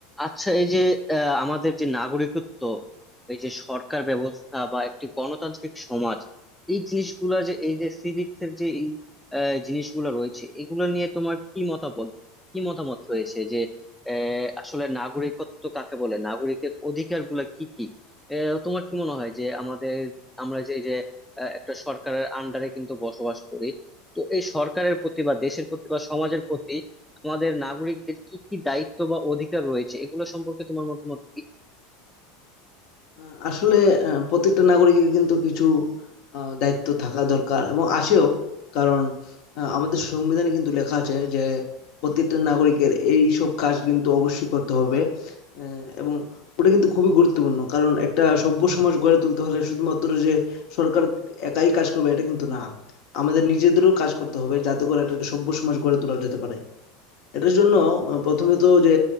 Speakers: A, in the centre; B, on the left (about 60°).
A: আচ্ছা এই যে আহ, আমাদের যে নাগরিকত্ব এই যে সরকার ব্যবস্থা বা একটি গণতান্ত্রিক সমাজ এই জিনিসগুলো যে এই যে সিভিক্স এর যে এই আহ, জিনিসগুলো রয়েছে এগুলো নিয়ে তোমার কি মতামত কি মতামত রয়েছে যে আহ, আসলে নাগরিকত্ব কাকে বলে নাগরিকের অধিকার গুলা কি কি আহ, তোমার কি মনে হয় যে আমাদের আমরা যে যে আহ, একটা সরকারের আন্ডারে কিন্তু বসবাস করি তো এই সরকারের প্রতি বা দেশের প্রতি বা সমাজের প্রতি আমাদের নাগরিকদের কি কি দায়িত্ব বা অধিকার রয়েছে এগুলো সম্পর্কে তোমার মতামত কি
B: আহ, আসলে আহ, প্রত্যেকটা নাগরিকের কিন্তু কিছু আহ, দায়িত্ব থাকা দরকার এবং আসেও কারণ আহ, আমাদের সংবিধানে কিন্তু লেখা আছে যে প্রত্যেকটা নাগরিকের এই সব কাজ কিন্তু অবশ্যই করতে হবে আহ, এবং ওটা কিন্তু খুবই গুরুত্বপূর্ণ কারণ একটা সভ্য সমাজ গড়ে তুলতে হলে শুধুমাত্র যে সরকার একাই কাজ করবে এটা কিন্তু না আমাদের নিজেদেরও কাজ করতে হবে যাতে করে একটা সভ্য সমাজ গড়ে তোলা যেতে পারে এটার জন্য আহ, প্রথমে তো যে